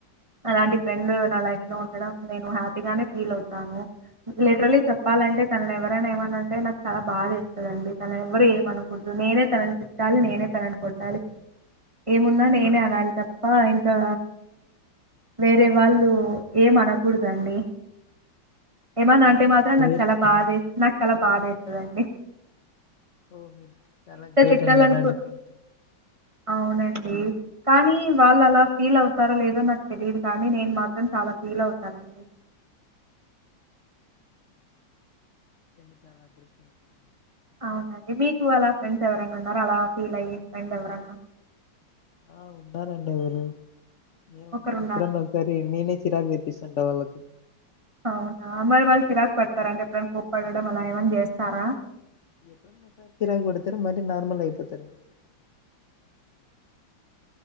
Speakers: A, on the right; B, on the left.
A: అలాంటి
B: ఓ
A: ఫ్రెండ్
B: చాలా
A: న లైట్ లో ఉంటడం నేను హ్యాపీగానే ఫీల్ అవుతాను లిటరలీ చెప్పాలంటే తన ఎవరైనా ఏమంటే నాకు చాలా బాదా ండి తన ఎవరుూ ఏమ అనకూడదు, నేనే తనని తిట్టాలి నేనే తనని కొట్టాలి, ఏమున్నా నేనే అనాలి తప్ప ఇంకా వేరే వాళ్ళు ఏమ అనకూడదండి. ఎమన్నా
B: ఓ
A: అంటే
B: చాలా
A: మాత్రం
B: గ్రేట్
A: నాకు చాలా బ నాకు చాలా బధ దండి
B: ఓ మీ చాలా గ్రేట్
A: తిట్టాలనుకు
B: అండి అలాంటి ఫ్రెండ్
A: అవునండి కానీ వాళ్ళు అలా ఫీల్ అవుతారో లేదో నాకు తెలియదు కానీ నేను మాత్రం చాలా ఫీల్ అవుతానండి.
B: రడి చాలా అదృష్టం అ
A: అవునండి మీకు అలా ఫ్రెండ్స్ ఎవరన్నా ఉన్నారు అలా ఫీల్ అయ్యే ఫ్రెండ్ ఎవరన్నా
B: ఆ ఉన్నారండి ఒకరు ఏమంటే
A: ఒకరున్నారు.
B: ఎప్పుడన్నా ఒకసారి నేనే చిరాకు తెప్పిస్ తంట వాళ్ళకి
A: అవునా మరి వాళ్ళు చిరాకు పడతార అంటే ఎప్పుడని కోప్పడడం అలా ఏమని చేస్తారా
B: ఎప్పుడున్నా సారి చిరాకు పెడుతరు మరి నార్మల్యిపోతరు